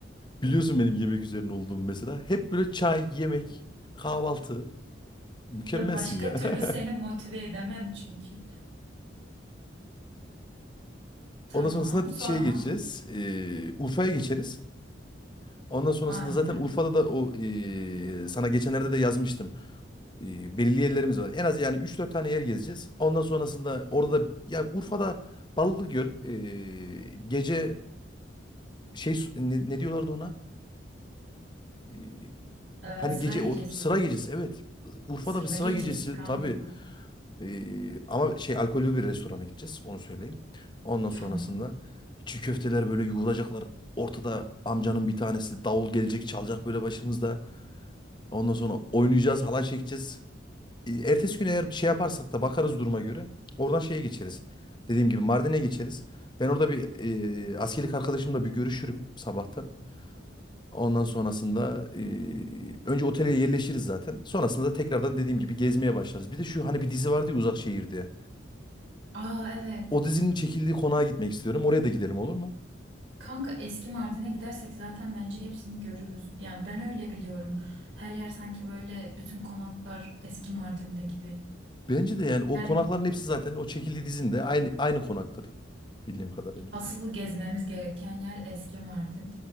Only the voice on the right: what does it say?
Ya başka
türlü
seni motive edemem çünkü. Tamam.
Sonra
aynen.
Ee,
sıra
gecesi.
Sıra
gecesi
kanka.
Tamam.
Aa evet.
Kanka eski Mardin'e gidersek zaten bence hepsini görürüz. Yani ben öyle biliyorum. Her yer sanki böyle bütün konaklar eski Mardin'de gibi.
Yani
Asıl gezmemiz gereken yer eski Mardin.